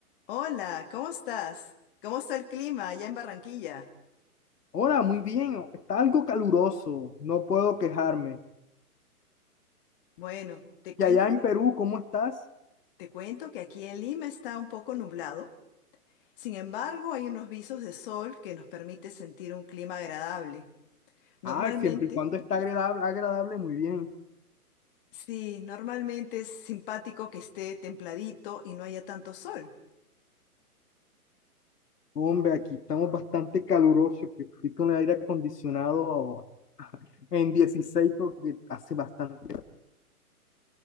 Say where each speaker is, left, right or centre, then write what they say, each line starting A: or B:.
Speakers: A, on the left; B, on the left.
A: Hola, ¿cómo estás? ¿Cómo está el clima allá en Barranquilla?
B: Hola, muy bien. Está algo caluroso, no puedo quejarme.
A: Bueno, te cuento
B: Y allá en
A: que,
B: Perú, ¿cómo estás?
A: te cuento que aquí en Lima está un poco nublado. Sin embargo, hay unos visos de sol que nos permite sentir un clima agradable. Normalmente,
B: Ah, siempre y cuando está agradable, agradable, muy bien.
A: sí, normalmente es simpático que esté templadito y no haya tanto sol.
B: Hombre, aquí estamos bastante calurosos, que estoy con el aire acondicionado <laughs> en 16 porque hace bastante.